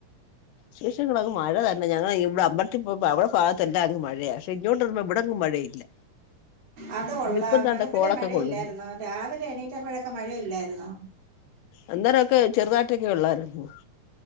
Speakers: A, on the left; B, on the right.
A: ശേഷങ്ങള അങ്ങ് മഴ തന്നെ ഞങ്ങ ഇവിടെ അമ്പത്തി അവിടെ ഭാഗത്ത്ല്ലാ അങ് മഴയാ ഇങ്ങോട്ട് വരുമ്പോ ഇവിടങ്ങ് മഴയില്ല
B: അത കൊള്ള
A: ഇവിടെ ഇപ്പം ദാണ്ടെ
B: വെളുപ്പിലേ
A: കോളൊക്കെ
B: മഴ
A: കൊള്ളുന്നു
B: ഇല്ലായിന്നോ രാവിലെ എണീറ്റപ്പോഴൊക്കെ മഴയില്ലായിരുന്നോ
A: അന്നേരൊക്കെ ചെറുതായിട്ടൊക്കെ ഉള്ളായിരുന്നു